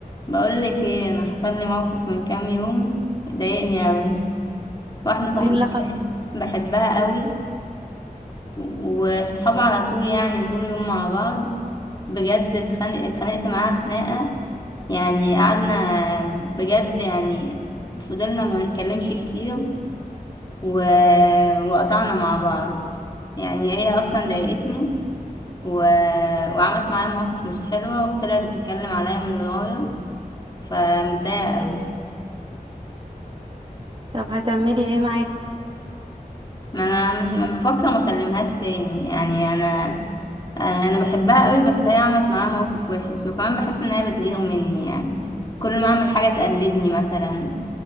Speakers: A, on the left; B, on the right.
A: بقول لك ايه انا حصل لي موقف من كام يوم ضايقني قوي واحده صاحبتي
B: ايه اللي حصل
A: بح- بحبها قوي و- وصحاب على طول يعني وطول اليوم مع بعض بجد اتخانق اتخانقت معاها خناقه يعني قعدنا بجد يعني فضلنا ما نتكلمش كتير و... وقطعنا مع بعض يعني هي اصلا ضايقتني و... وعملت معايا مواقف مش حلوه وطلعت بتتكلم عليا من ورايا فمتضايقه قوي
B: طب هتعملي ايه معاها
A: ما انا مش ما بفكر ما اكلمهاش تاني يعني انا آه، انا بحبها قوي بس هي عملت معايا موقف وحش وكمان بحس ان هي بتغير مني يعني كل ما اعمل حاجه تقلدني مثلا